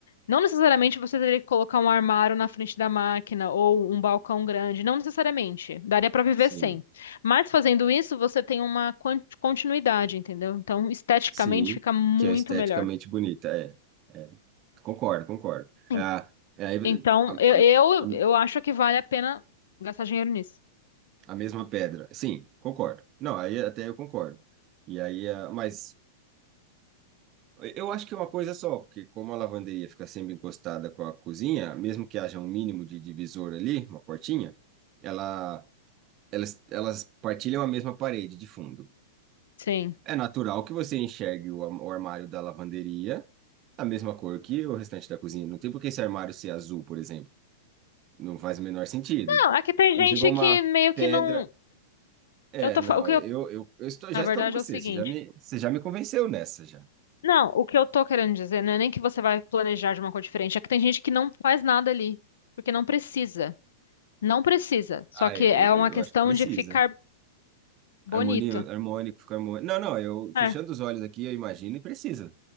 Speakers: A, on the left; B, on the right.
A: Não necessariamente você teria que colocar um armário na frente da máquina ou um balcão grande, não necessariamente. Daria para viver
B: Sim,
A: sem. Mas fazendo isso, você tem uma quan- continuidade, entendeu? Então, esteticamente
B: sim,
A: fica muito
B: que é esteticamente
A: melhor.
B: bonita. É, é. Concordo, concordo.
A: Sim.
B: Ah, é, aí,
A: Então,
B: a,
A: eu,
B: a, a
A: eu, eu acho que vale a pena gastar dinheiro nisso.
B: a mesma pedra. Sim, concordo. Não, aí até eu concordo. E aí, ah, mas eu acho que é uma coisa só, porque como a lavanderia fica sempre encostada com a cozinha, mesmo que haja um mínimo de divisor ali, uma portinha, ela elas, elas partilham a mesma parede de fundo.
A: Sim.
B: É natural que você enxergue o, am- o armário da lavanderia a mesma cor que o restante da cozinha. Não tem por que esse armário ser azul, por exemplo. Não faz o menor sentido.
A: Não, aqui tem
B: A
A: gente
B: não ser que uma
A: que meio que
B: pedra.
A: não.
B: É,
A: Eu tô,
B: não,
A: fa- o que eu,
B: eu, eu, eu estou, já
A: na verdade,
B: estou com você.
A: é o seguinte.
B: Você já me, você já me convenceu nessa já.
A: Não, o que eu tô querendo dizer não é nem que você vai planejar de uma cor diferente, é que tem gente que não faz nada ali, porque não precisa. Não precisa, só
B: Ah,
A: que
B: eu,
A: é
B: eu,
A: uma
B: eu
A: questão
B: acho que precisa.
A: de ficar bonito.
B: Harmonia, harmônico, fica harmônico. Não, não, eu
A: É,
B: fechando os olhos aqui, eu imagino e precisa.